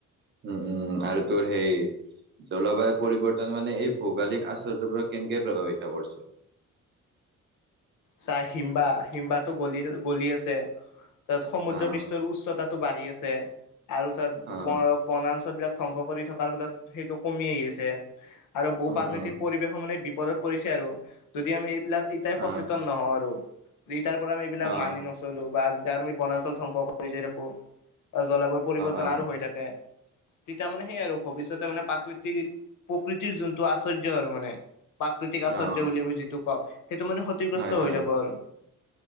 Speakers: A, on the right (about 35°); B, on the left (about 75°).
A: উম উম আৰু তোৰ সেই জলবায়ু পৰিৱৰ্তন মানে এই ভৌগলিক আশচৰ্যবোৰক কেনকে প্ৰভাৱিত কৰিছে?
B: চা হিম্বা, হিম্বাটো গলি গলি আছে তাৰ সমুদ্ৰ
A: অ
B: পৃষ্ঠৰ উচ্চতাত বাঢ়ি আছে আৰু তাৰ
A: অ
B: বনা বনাঞ্চ বিলাক ধ্বংস কৰি থকাৰ ফলত সেইটো কমি আহি আছে আৰু বহু
A: উম
B: প্ৰাকৃতিক
A: উম
B: পৰিৱেশ মানে পদত পৰিছে আৰু যদি আমি এইবিলাক ইটাই
A: অ
B: সচ তাৰ পৰা আমি এইবিলাক
A: অ অ
B: মানি নচলো বা যদি আৰু আমি বনাঞ্চল ধ্বংস কৰি যায় থাকো জলবায়ু পৰিৱৰ্তন
A: অ
B: আৰু হৈ থাকে তেতিয়া মানে সেই আৰু ভৱিষ্যতে মানে প্ৰাকৃতিক প্ৰকৃতিৰ যোনটো আশ্চৰ্য্য আৰু মানে প্ৰাকৃতিক আশ্চৰ্য্য
A: অ
B: বুলি আমি যিটো কওঁ, সেইটো মানে ক্ষতিগ্ৰস্ত
A: হয় হয়
B: হৈ যাব আৰু